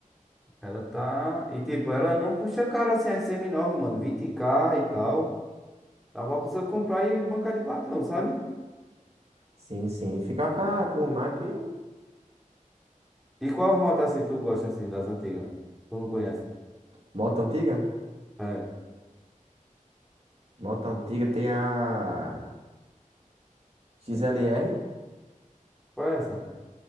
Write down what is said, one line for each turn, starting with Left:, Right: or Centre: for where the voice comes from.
Centre: Ela tá. E tipo, ela não custa caro assim as seminovas, mano. 20k e tal. Dá pra pessoa comprar e bancar de patrão, sabe?
Right: Sim, sim. E ficar com, a- com o naipe.
Centre: E qual moto assim tu gosta assim das antigas? Tu não conhece?
Right: Moto antiga?
Centre: É.
Right: Moto antiga tem a XLR.
Centre: Qual é essa?